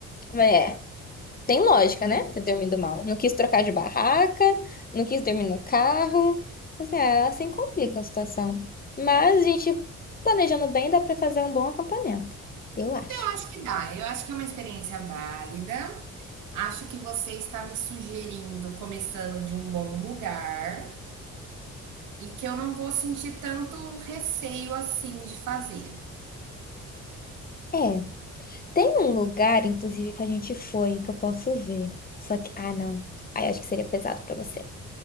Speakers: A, on the left; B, on the right.
A: É. Tem lógica, né? Ter dormido mal. Não quis trocar de barraca, não quis dormir no carro. Assim, é, assim complica a situação. Mas a gente, planejando bem, dá pra fazer um bom acampamento. Eu acho.
B: Eu acho que dá. Eu acho que é uma experiência válida. Acho que você está me sugerindo começando de um bom lugar e que eu não vou sentir tanto receio assim de fazer.
A: É. Tem um lugar, inclusive, que a gente foi, que eu posso ver. Só que, ah, não. Aí eu acho que seria pesado pra você.